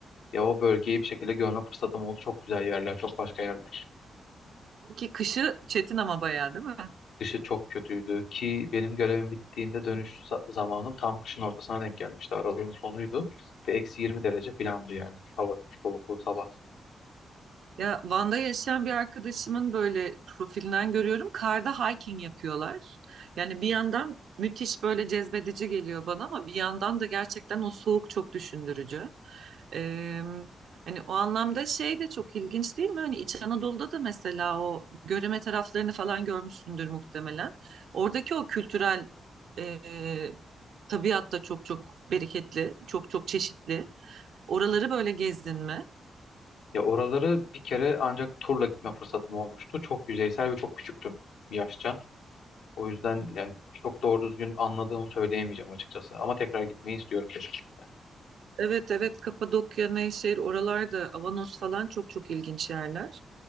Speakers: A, on the left (about 85°); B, on the right (about 75°).
A: Ya o bölgeyi bir şekilde görme fırsatım oldu. Çok güzel yerler, çok başka yerler.
B: Ki kışı çetin ama bayağı değil mi?
A: Dışı çok kötüydü ki benim görevim bittiğinde dönüş za- zamanım tam kışın ortasına denk gelmişti. Aralığın sonuydu ve eksi 20 derece filandı yani hava soğukluğu sabah.
B: Ya Van'da yaşayan bir arkadaşımın böyle profilinden görüyorum. Karda hiking yapıyorlar. Yani bir yandan müthiş böyle cezbedici geliyor bana ama bir yandan da gerçekten o soğuk çok düşündürücü. Ee, hani o anlamda şey de çok ilginç değil mi? Hani İç Anadolu'da da mesela o Göreme taraflarını falan görmüşsündür muhtemelen. Oradaki o kültürel e, tabiat da çok çok bereketli, çok çok çeşitli. Oraları böyle gezdin mi?
A: Ya oraları bir kere ancak turla gitme fırsatım olmuştu. Çok yüzeysel ve çok küçüktüm yaşça. O yüzden yani çok doğru düzgün anladığımı söyleyemeyeceğim açıkçası. Ama tekrar gitmeyi istiyorum kesinlikle.
B: Evet evet Kapadokya, Nevşehir oralarda Avanos falan çok çok ilginç yerler.